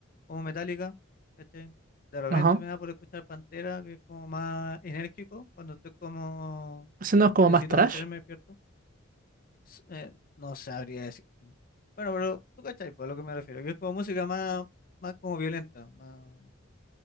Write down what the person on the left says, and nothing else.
como Metallica, ¿cachai? De repente
me da por escuchar Pantera, que es como más enérgico, cuando estoy como
que necesito
mantenerme despierto. s- eh, no sabría decir. Bueno, pero tú cachai, pues, a lo que me refiero, que es como música más, más como violenta, más,